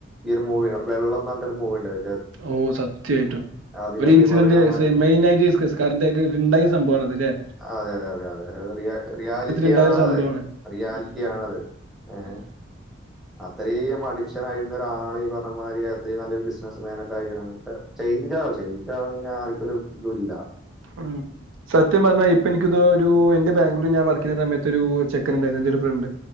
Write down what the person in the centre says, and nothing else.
ഈ ഒരു മൂവി വെള്ളം ന്ന് പറഞ്ഞാണ്ട് ഒരു മൂവി ഇണ്ടാ <unintelligible>
അതിലൊക്കെ
ഈ പറയണ മാതിരി
അതെ അതെ അതെ അത അ റിയാലിറ്റി
ആണത്
റിയാലിറ്റിയ
ആതെ ഏ.
അത്രയും അഡിക്ഷൻ ആയിരുന്ന ഒരാൾ ഈ പറഞ്ഞതിരി അത്രയും നല്ലൊരു ബിസിനസ്സ് മാനൊക്കെ ആയി. <unintelligible> <unintelligible> ഇഞ്ചാണെ ആർക്കും ഒരു ഇതും ഇല്ല.